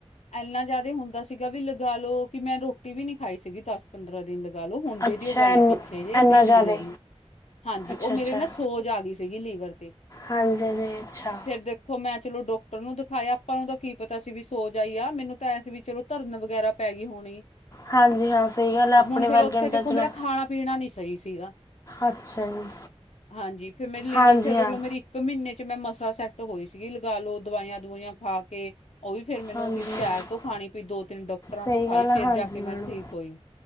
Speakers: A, on the left (about 80°); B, on the left (about 30°).
A: ਇੰਨਾ ਜਿਆਦਾ ਹੁੰਦਾ ਸੀਗਾ ਵੀ ਲਗਾ ਲੋ, ਕਿ ਮੈਂ ਰੋਟੀ ਵੀ ਨੀ ਖਾਈ ਸੀਗੀ ਦਸ ਪੰਦਰਾਂ ਦਿਨ। ਗੱਲ ਹੁਣ ਜੇਦੀ
B: ਅੱਛਾ
A: ਉਹ ਗੱਲ
B: ਇੰਨ-
A: ਆ ਪਿੱਛੇ ਜੇ
B: ਇੰਨਾ
A: ਪਿਛਲੀ
B: ਜ਼ਿਆਦਾ
A: ਗੱਲ ਨੀ ਹਾਂਜੀ
B: ਅੱਛਾ
A: ਉਹ ਮੇਰੇ
B: ਅੱਛਾ
A: ਨਾ ਸੋਜ ਆ ਗਈ ਸੀਗੀ ਲੀਵਰ ਤੇ
B: ਹਾਂਜੀ ਜੀ ਅੱਛਾ।
A: ਫੇਰ ਦੇਖੋ ਮੈਂ ਚਲੋ ਡਾਕਟਰ ਨੂੰ ਦਿਖਾਇਆ ਆਪਾਂ ਨੂੰ ਤਾਂ ਕੀ ਪਤਾ ਸੀ ਵੀ ਸੋਜ ਆਈ ਆ ਮੈਨੂੰ ਤਾਂ ਐ ਸੀ ਵੀ ਚਲੋ ਧਰਨ ਵਗੈਰਾ ਪੈ ਗਈ ਹੋਣੀ।
B: ਹਾਂਜੀ ਹਾਂ ਸਹੀ ਗੱਲ ਹੈ ਆਪਣੇ
A: ਹੁਣ ਫੇਰ
B: ਵਰਗੇ
A: ਉੱਥੇ
B: ਨੂੰ
A: ਦੇਖੋ
B: ਤਾਂ ਚਲੋ
A: ਮੇਰਾ ਖਾਣਾ ਪੀਣਾ ਨੀ ਸਹੀ ਸੀਗਾ।
B: ਅੱਛਾ ਜੀ।
A: ਹਾਂਜੀ, ਫੇਰ ਮੇਰੀ ਲੀਵਰ
B: ਹਾਂਜੀ
A: ਫਿਰਰ
B: ਹਾਂ
A: ਇਕ ਮਹੀਨੇ ਚ ਮੈਂ ਮਸਾਂ ਸੈਟ ਹੋਈ ਸੀਗੀ, ਲਗਾ ਲੋੋ ਦਵਾਈਆਂ ਦਵਾਈਆਂ ਖਾ ਕੇ ਉਹ ਵੀ ਫੇਰ ਮੈਨੂੰ
B: ਹਾਂਜੀ
A: ਸ਼ਹਿਰ
B: ਹਾਂ
A: ਤੋਂ ਖਾਣੀ ਪਈ ਦੋ ਤਿੰਨ ਦਫ਼ਤਰਾਂ
B: ਸਹੀ
A: ਤੋਂ ਖਾਈ
B: ਗੱਲ ਹੈ
A: ਫੇਿਰ
B: ਹਾਂਜੀ
A: ਜਾ ਕੇ
B: ਮੈਡਮ
A: ਮੈਂ ਠੀਕ ਹੋਈ।